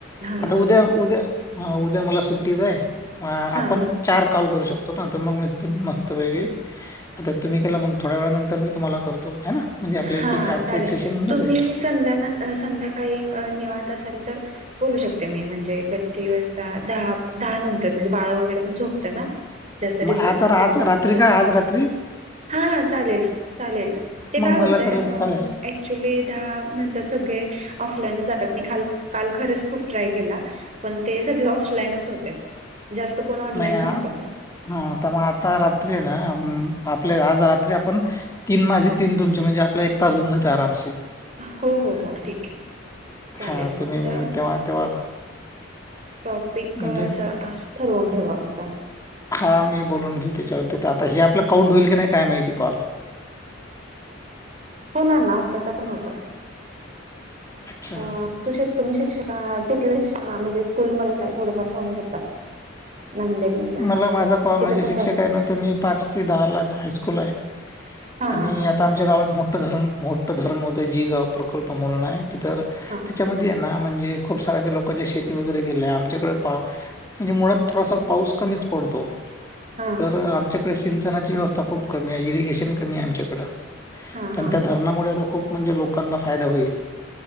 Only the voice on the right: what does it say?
हां
हां
मग
हा,
चालेल
तुम्ही संध्या नंतर संध्याकाळी अ निवांत नंतर बोलू शकते, मी म्हणजे किती? वाजता दहा दहा नंतर म्हणजे, बाळ वैगरे पण झोपते ना जास्त
डिस्ट
डिस्टर्ब
नसते येणार.
हा, हा चालेल चालेल. ते काय
होतंय?
ऍक्च्युली दहा नंतर सगळे ऑफलाईनच जातात, मी काल काल खरंच खूप ट्राय केला, पण ते सगळे ऑफलाईनच होते. जास्त कोण ऑनलाईन
न्हवत?
हो हो हो ठीक आहे चालेल
फक्त
टॉपिक
असं ठरवून ठेवा फक्त.
होणार ना, आताचा पण होतो.
अ तुझ्यात तुम्ही शिक्षक आहात, तिथले शिक्षणा म्हणजे स्कूल मधलं काय थोडफार सांगू शकता? नांदेड मधल्या
तिथं कसं
असतं
हा
हा
हा
हा हा
हा हा
हा
हा
हा